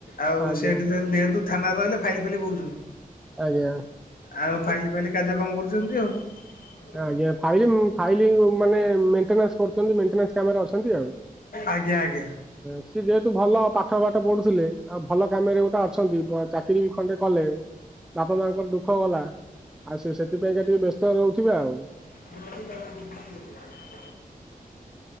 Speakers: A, on the left; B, in the centre.
A: ଆଉ
B: ଆଜ୍ଞା
A: ସେ <unintelligible> ଥାନାରେ ରହିଲେ, ଫାଇଲି ଫାଇଲି ବଉଛନ୍ତି।
B: ଆଜ୍ଞା।
A: ଆଉ ଫାଇଲି ଫାଇଲି କାର୍ଯ୍ୟ କାମ କରୁଛନ୍ତି, ଆଉ
B: ଆଜ୍ଞା, ଫାଇଲିମ ଫାଇଲି ମାନେ ମେଣ୍ଟେନାନ୍ସ କରୁଛନ୍ତି, ମେଣ୍ଟେନାନ୍ସ କାମରେ ଅଛନ୍ତି ଆଉ
A: ଆଜ୍ଞା ଆଜ୍ଞା।
B: ସିଏ ଯେହେତୁ ଭଲ ପାଠ ଫାଠ ପଢୁଥିଲେ, ଆଉ ଭଲ କାମରେ ଗୋଟେ ଅଛ୍ ଅଛନ୍ତି ବ ଚାକିର ବି ଖଣ୍ଡେ କଲେ ବାପା ମାଙ୍କର ଦୁଃଖ ଗଲା। ଆଉ ସେ ସେଥିପାଇଁକା ଟିକେ ବ୍ୟସ୍ତରେ ରହୁଥିବେ ଆଉ
A: <unintelligible>